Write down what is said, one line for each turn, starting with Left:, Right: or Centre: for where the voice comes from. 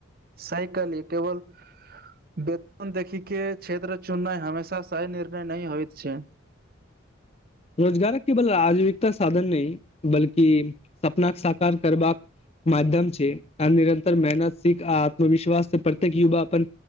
Right: सायकल ये केवल बेतन देखि के क्षेत्र चुननाइ हमेशा साइ निर्णय नहिं होइत छै।
Left: रोजगारक केबल आजीविकता साधन नइ बल्कि सपनाक साकार करबाक माध्यम छै आ निरन्तर मेहनत सीख आ आत्मविश्वास से प्रत्येक युवा अपन